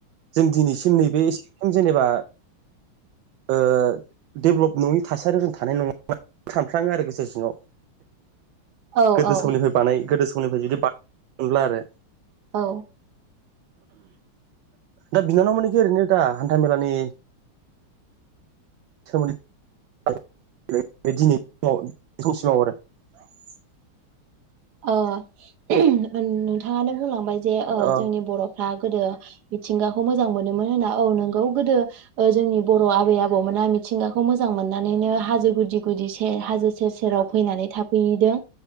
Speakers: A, on the right; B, on the right.
A: जों दिनैसिम नैबे <inaudible> जेनेबा ओ डेभलप नङि थासारियाव जों थानाय नङामोन। सानफ्लाङो आरो गोसो सिङाव।
B: औ
A: गोदो
B: औ
A: समनिफ्राय बानाय गोदो समनिफ्राय जुदि बानाय मोनब्ला आरो
B: औ।
A: दा बिनानाव मोनिखि ओरैनो दा हान्था मेलानि समनि <unintelligible>
B: <unintelligible> ओ नोंथाङानो बुंलांबाय जे ओ
A: औ
B: जोंनि बर'फ्रा गोदो मिथिंगाखौ मोजां मोनोमोन होनना औ नोंगौ गोदो ओ जोंनि बर' आबै आबौमोना मिथिंगाखौ मोजां मोननानै हाजो गुदि गुदि से हाजो सेर सेराव फैनानै थाफैदों